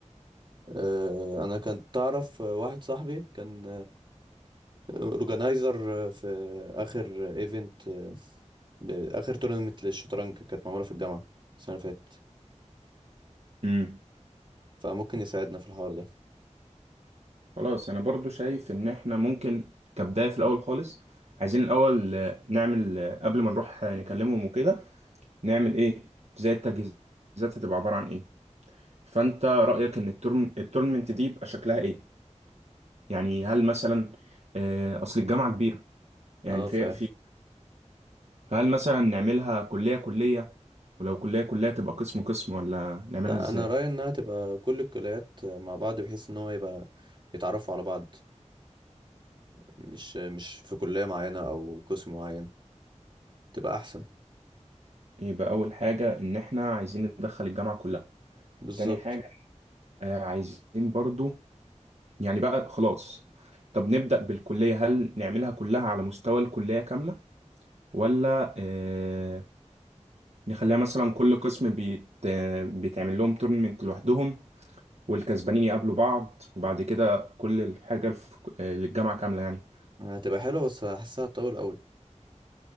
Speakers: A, on the right (about 40°); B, on the right (about 60°).
A: آه، انا كنت تعرف آه، واحد صاحبي كان اورجنايزر في اخر ايفنت ب- اخر تورنمت للشطرنج كانت معموله في الجامعه السنه اللي فاتت
B: امم
A: فممكن يساعدنا في الحوار ده
B: خلاص انا برضو شايف ان احنا ممكن كبداية في الاول خالص عايزين الاول آه، نعمل آه، قبل ما نروح آه، نكلمهم وكده نعمل ايه زي التجهيزات هتبقى عبارة عن ايه فانت رأيك ان التورن التورنمنت دي يبقى شكلها ايه يعني هل مثلا آه، اصل الجامعة كبيرة يعني
A: اه
B: في
A: فعلا
B: في فهل مثلا نعملها كلية كلية ولو كلية كلية تبقى قسم قسم ولا نعملها
A: لا
B: ازاي
A: انا رايي انها تبقى كل الكليات مع بعض بحيث ان هو يبقى يتعرفوا على بعض مش مش في كليه معينه او قسم معين تبقى احسن
B: يبقى أول حاجة إن إحنا عايزين ندخل الجامعة كلها
A: بالظبط
B: تاني حاجة آه، عايزين برضو يعني بقى خلاص طب نبدأ بالكلية هل نعملها كلها على مستوى الكلية كاملة ولا آه نخليها مثلا كل قسم بيت آه، بيتعمل لهم تورنمنت لوحدهم والكسبانين يقابلوا بعض وبعد كده كل الحاجة الف- آه، للجامعة كاملة يعني
A: هتبقى حلوه بس هحسها طول قوي